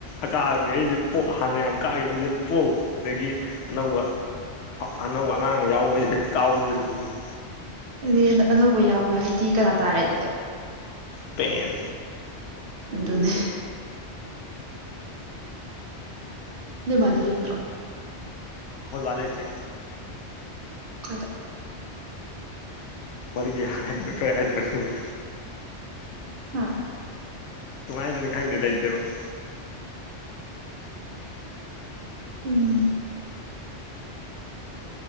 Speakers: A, on the left (about 80°); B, on the right (about 60°).
A: ꯑꯀꯥꯕꯒꯩꯖꯤ ꯄꯣ ꯍꯥꯟꯅ ꯌꯥꯝ ꯀꯥꯒꯤꯕꯒꯩꯖꯦ ꯄꯣ ꯑꯗꯒꯤ ꯑꯅꯧꯕ ꯑꯅꯧꯕ ꯑꯉꯥꯡ ꯌꯥꯎꯕꯩꯁꯦ ꯀꯥꯎꯕꯁꯤꯗ ꯂꯩꯕꯅꯤ
B: ꯑꯗꯨꯗꯤ ꯑꯅꯧꯕ ꯌꯥꯎꯕ ꯍꯥꯏꯗꯤ ꯀꯅꯥ ꯇꯥꯔꯦ ꯑꯗꯨꯗꯤ
A: ꯏꯁꯄꯦꯟ
B: ꯑꯗꯨꯅꯦ ꯅꯣꯏ ꯕꯥꯗꯤ ꯌꯦꯡꯗ꯭ꯔꯣ
A: ꯑꯈꯣꯏ ꯕꯥ ꯂꯩꯇꯔꯦ
B: ꯀꯥꯏꯗ
A: ꯃꯔꯤꯒꯌꯥ ꯍꯥꯏꯗꯅ ꯀꯔꯤ ꯍꯥꯏꯗꯣꯏꯅꯣ ꯈꯪꯗꯦ
B: ꯍꯥ
A: ꯀꯃꯥꯏꯅ ꯍꯥꯏꯗꯣꯏꯅꯣ ꯈꯪꯗꯦ ꯂꯩꯇꯦꯕ
B: ꯎꯝ